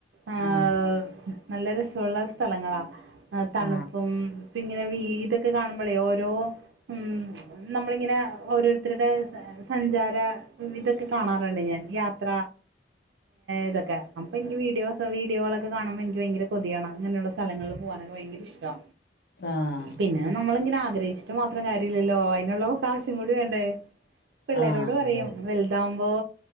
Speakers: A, on the right; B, on the left.
A: ആഹ
B: ആ
A: നല്ല രസമുള്ള സ്ഥലങ്ങളാ തണുപ്പും
B: ആ
A: ഇങ്ങനെ വീതൊക്കെ കാണുമ്പോളേ ഓരോ ഉ നമ്മളിങ്ങനെ ഓരോരു ത്തരുടെ സഞ്ചാര ഇതൊക്കെ കാണാറുണ്ട് ഞാൻ യാത്ര ഇതൊക്കെ അപ്പൊ എനിക്ക് വീഡിയോ വീഡിയോകൊക്കെ കാണുമ്പോഴ് എനിക്ക് ഭയങ്കര കൊതിയാണ് അങ്ങനെയുള്ള സ്ഥലങ്ങളിൽ പോകാനൊക്കെ ഭയങ്കര ഇഷ്ടാ
B: ആഹ
A: പിന്നെ നമ്മളിങ്ങനെ ആഗ്രഹിച്ചിട്ട് മാത്രം കാര്യമില്ലല്ലോ അതിനുള്ളവ കാശും കൂടി വേണ്ടേ പിള്ളരോട്
B: ആ
A: പറയും
B: അതെ
A: വലുതാകുമ്പോൾ